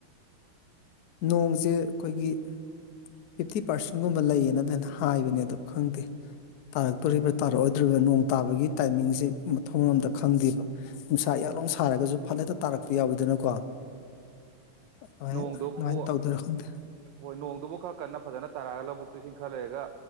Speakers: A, on the left; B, on the right.
A: ꯅꯣꯡꯁꯦ ꯑꯩꯈꯣꯏꯒꯤ ꯐꯤꯐꯇꯤ ꯄꯥꯔꯁꯦꯟꯒꯨꯝꯕ ꯂꯩꯌꯦꯅꯅꯦꯅ ꯍꯥꯏꯕꯅꯦ ꯑꯗꯣ ꯈꯪꯗꯦ ꯇꯥꯔꯛꯇꯣꯔꯤꯕ꯭ꯔꯥ ꯇꯥꯔꯛꯑꯣꯏꯗꯣꯔꯤꯕ꯭ꯔꯥ ꯅꯣꯡ ꯇꯥꯕꯒꯤ ꯇꯥꯏꯃꯤꯡꯁꯦ ꯃꯊꯣꯡ ꯃꯔꯝ ꯑꯝꯇ ꯈꯪꯗꯦꯕ ꯅꯨꯡꯁꯥ ꯌꯛ ꯂꯥꯎꯅ ꯁꯥꯔꯒꯁꯨ ꯐꯠ ꯍꯦꯛꯇ ꯇꯥꯔꯛꯄ ꯌꯥꯎꯋꯤꯗꯅꯀꯣ ꯑꯗꯨꯃꯥꯏ
B: ꯅꯣꯡꯗꯨꯕꯨ
A: ꯑꯗꯨꯃꯥꯏꯅ ꯇꯧꯗꯣꯏꯔꯣ ꯈꯪꯗꯦ
B: ꯍꯣꯏ ꯅꯣꯡꯗꯨꯕꯨ ꯈꯔ ꯀꯟꯅ ꯐꯖꯅ ꯇꯥꯔꯛꯑꯒ ꯂꯧꯕꯨꯛꯇꯨ ꯏꯁꯤꯡ ꯈꯔ ꯂꯩꯔꯒ